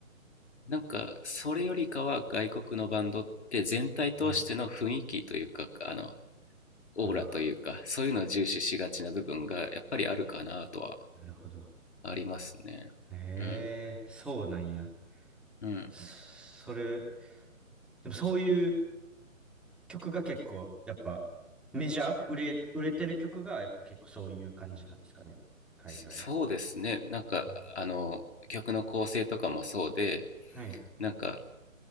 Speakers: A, on the left (about 50°); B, in the centre.
A: なんかそれよりかは外国のバンドって全体通しての雰囲気というかあの
B: うん。
A: オーラというかそういうのを重視しがちな部分がやっぱりあるかなとは
B: ああ、なるほど。
A: ありますねうん
B: ええ、そうなんや。
A: うん
B: そそれ、でもそういう曲が結構、やっぱ、メジャー売れ、売れてる曲が、やっぱ結構そういう感じなんですかね。海外。
A: そうですね。なんか、
B: うん
A: あの、曲の構成とかもそうで、
B: はい。
A: なんか、